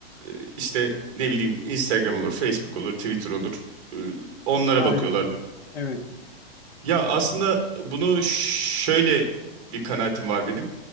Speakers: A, on the right; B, on the left.
A: e, işte ne bileyim Instagram olur, Facebook olur, Twitter olur. e, onlara
B: Hı, aynen.
A: bakıyorlar.
B: Evet.
A: Ya aslında bunu şöyle bir kanaatim var benim.